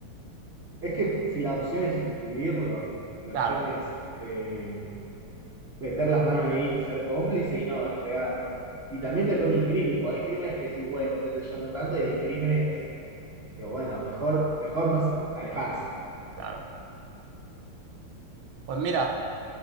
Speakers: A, on the right; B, on the right.
A: es que si la opción es encubrirlo, la
B: claro,
A: opción es eh, meter las manos ahí y ser cómplice y no entregarlo. Y también depende del crimen, porque hay crímenes que sí, bueno, qué sé yo, no tanto, y hay crímenes Que bueno, mejor, mejor no alejarse.
B: claro. Pues mira,